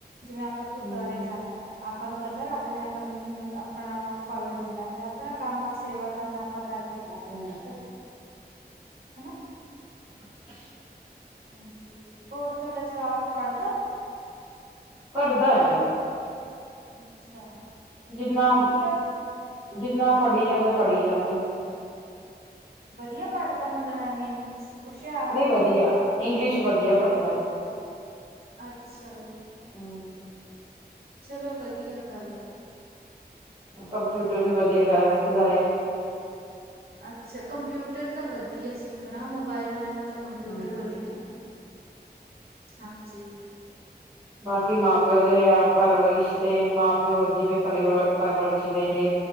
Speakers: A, on the right; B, on the right.
A: ਜਿਵੇਂ ਆਪਾਂ ਗੁਰਦਾਰੇ
B: ਹੂੰ
A: ਜਾਂਨੇ ਆਂ, ਆਪਾਂ ਨੂੰ ਪਤਾ ਰਾੱਬ ਨੇ ਆਪਾਂ ਨੂੰ ਆਪਣਾ ਓ ਫਾਲ ਦੇਣਾ, ਜੋ ਆਪਣਾ ਕੰਮ ਆ ਸੇਵਾ ਕਾਰਨਾ ਆਪਾਂ ਕਾਰਕੇ ਆ
B: ਹੂੰ
A: ਜਾਂਨੇ ਆ ਘਰੇ। ਹਨਾ।
B: <inaudible>
A: ਹਾਂਜੀ, ਹੋਰ ਥੋਡਾ ਜਵਾਕ ਪਾੜਦਾ?
B: ਪੜ੍ਹਦਾ ਹੈ।
A: ਅੱਛਾ।
B: ਜਿੰਨਾ,
A: ਵਧੀਆ
B: ਜਿੰਨਾ ਪੜ੍ਹੀ ਜਾਂਦੇ, ਪੜ੍ਹੀ ਜਾਂਦੇ।
A: ਵਧੀਆ ਪੜ੍ਹਦਾ ਮਤਲਬ ਐਵੇਂ। ਉਸ਼ਿਆ
B: ਨਹੀਂ ਵਧੀਆ ਇੰਗਲਿਸ਼ ਵਧੀਆ ਪੜ੍ਹਦਾ।
A: ਅੱਛਾ
B: ਹਮ
A: ਚਲੋ ਵਧੀਆ ਗੱਲ ਆ।
B: ਕੰਪਿਊਟਰ ਵੀ ਵਧੀਆ ਕਰ ਸਿੱਖਦਾ ਹੈ।
A: ਅੱਛਾ ਕੰਪਿਊਟਰ ਤਾਂ ਵਧੀਆ ਸਿੱਖਣਾ ਮੋਬਾਇਲ ਨਾਲੋਂ ਤਾਂ ਕੰਪਿਊਟਰ
B: ਹੂੰ
A: ਵਧੀਆ ਹਾਂਜੀ
B: ਬਾਕੀ ਮਾਂ ਪਿਓ ਦੇ ਆ ਪਰਵਰਿਸ਼ ਤੇ ਮਾਂ ਪਿਓ ਜਿਵੇਂ ਪਰ ਪਰਵਰਿਸ਼ ਦਿੰਗੇ।